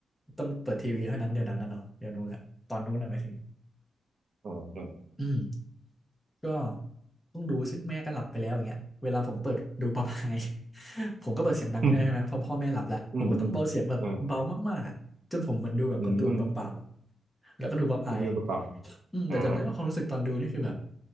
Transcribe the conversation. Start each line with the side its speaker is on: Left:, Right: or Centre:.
Centre: ต้องเปิดทีวีเท่านั้นเดี๋ยวนั้นนะเนาะเดี๋ยวนู้นอะตอนนู้นอะหมายถึง
Right: อ่าอ่า
Centre: อืมก็ต้องดูซึ่งแม่ก็หลับไปแล้วอย่างเงี้ยเวลาผมเปิดดูป๊อปอาย <laughs> ผมก็เปิดเสียงดังไม่ได้ใช่ไหมเพราะพ่อแม่หลับแล้วผมก็ต้องเบาเสียงแบบเบามากๆอะจนผมเหมือนดูแบบการ์ตูนเบาๆอะ
Right: อืมอืมอืมอ่าอืม
Centre: แล้วก็ดูป๊อปอาย
Right: คือคุณประกอบ
Centre: อืมแต่จำได้ว่าความรู้สึกตอนดูนี่คือแบบ
Right: อ่า